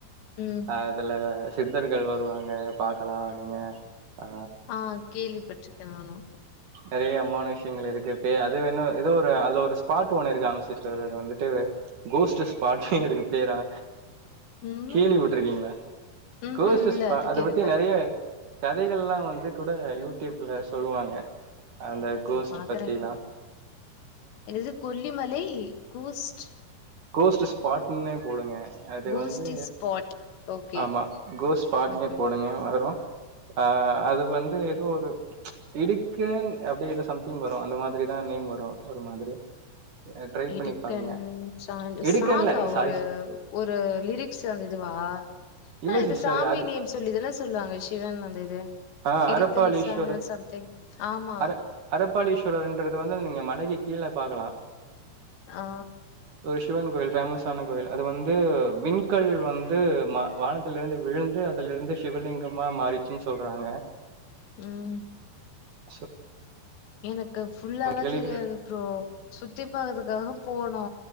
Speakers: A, on the left; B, on the right.
A: ம்
B: அதுல சித்தர்கள் வருவாங்க பாக்கலா நீங்க ஆ
A: ஆ கேள்விப்பட்டிருக்கே நானு
B: நறைய அமானுஷ்யங்கள் இருக்கு பேய் அது‌வேணா எதோ ஒரு அதுல ஒரு ஸ்பாட் ஒன்னு இருக்காமே சிஸ்டர் அது வந்துட்டு கோஸ்ட்டு ஸ்பாட்டுனே அதுக்கு பேரா
A: ம்,
B: கேள்விபட்ருக்கீங்ளா
A: ம்ஹ்ம்.
B: கோஸ்ட்டு
A: இல்ல
B: ஸ்பா
A: அது
B: அத
A: கேள்விப்படல.
B: பத்தி நறைய கதைகள்லா வந்துகூட யூடியூப்ல சொல்லுவாங்க அந்த கோஸ்ட்டு
A: நான் பாக்குறேன்.
B: பத்திலா
A: என்னது கொல்லிமலை கோஸ்ட்
B: கோஸ்ட்டு ஸ்பாட்டுன்னே போடுங்க அது
A: கோஸ்டி
B: வந்து
A: ஸ்பாட். ஓகே,
B: ஆமா கோஸ்ட் ஸ்பாட்னே
A: ஓகே,
B: போடுங்க
A: ஓகே.
B: வரு ஆ அது வந்து எதோ ஒரு இடுக்கேன் அப்டி எதோ சம்திங் வரு அந்த மாதிரிதா நேம் வரு ஒரு மாதிரி ட்ரை
A: இடுக்கன்
B: பண்ணி பாருங்க
A: சா
B: இடுக்கன்ல
A: சாங்கா ஒரு
B: சாரி
A: ஒரு லிரிக்ஸ் அந்த இதுவா
B: இல்ல
A: ஆ இது
B: சிஸ்டர்
A: சாமி
B: அது
A: நேம் சொல்லிதான சொல்லுவாங்க சிவன் அந்த இது
B: ஆஹ்
A: இடுக்கன்
B: அரப்பாளீஸ்வரர்
A: சான சம்திங் ஆமா
B: அர அரப்பாளீஸ்வரர்ன்றது வந்து நீங்க மலைக்கு கீழ பாக்கலா
A: ஆ
B: ஒரு சிவன் கோயில் ஃபேமஸான கோயில் அது வந்து விண்கல் வந்து ம வானத் துல இருந்து விழுந்து அதுல இருந்து சிவலிங்கமா மாருச்சுன் சொல்றாங்க
A: ம்
B: ச
A: எனக்கு ஃபுல்லாலா
B: கேள்வி
A: தெரியாது ப்ரோ சுத்தி பாக்கறதுக்காக போனோ